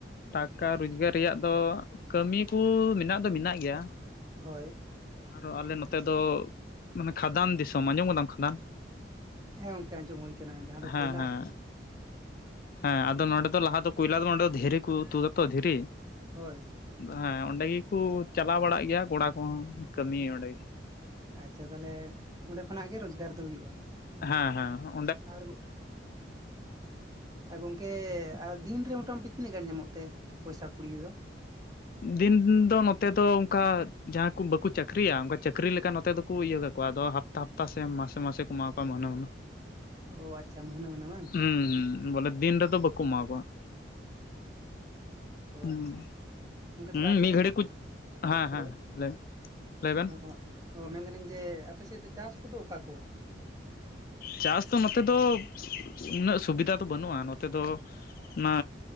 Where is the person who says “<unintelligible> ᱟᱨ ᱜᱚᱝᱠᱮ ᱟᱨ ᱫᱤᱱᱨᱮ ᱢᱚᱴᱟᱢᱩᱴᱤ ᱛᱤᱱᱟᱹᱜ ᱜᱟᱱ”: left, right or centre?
Right